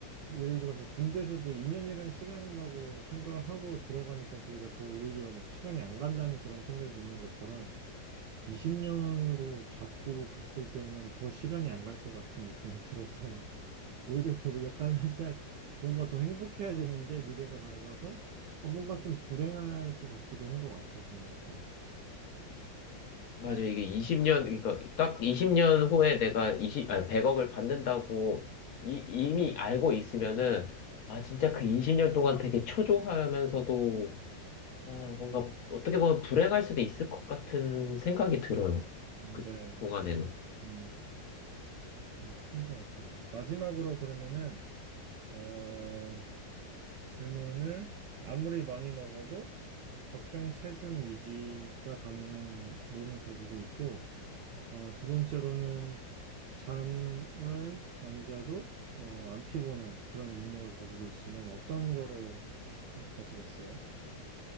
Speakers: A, on the right (about 75°); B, on the left (about 60°).
A: 예를 들어서 군대에서도 2년이라는 시간이라고 생각을 하고 들어가니까 저희가 더 오히려 막 시간이 안 간다는 그런 생각이 있는 것처럼 20년으로 잡고 갔을 때는 더 시간이 안 갈 것 같은 느낌이 들어서 <laughs> 오히려 더 약간 살짝 뭔가 더 행복해야 되는데 미래가 밝아서 아, 뭔가 좀 불행할 것 같기도 한 것 같아요. 뭔가 더.
B: 맞아.
A: 아,
B: 이게 이십 년 그러니까 딱 20년 후에 내가 이십 아, 100억을 받는다고 이, 이미 알고 있으면은, 아, 진짜 그 20년 동안 되게 초조하면서도, 와, 뭔가 어떻게 보면 불행할 수도 있을 것 같은 생각이 들어요.
A: 음,
B: 그
A: 네.
B: 동안에는.
A: 음, 그게 큰 것 같더라고요. 마지막으로 그러면은 어, 질문을 아무리 많이 먹어도 적정 체중 유지가 가능한 몸을 가지고 있고, 어, 두 번째로는 잠을 안 자도 어, 안 피곤한 그런 능력을 가지고 있으면 어떤 거를 선택하시겠어요?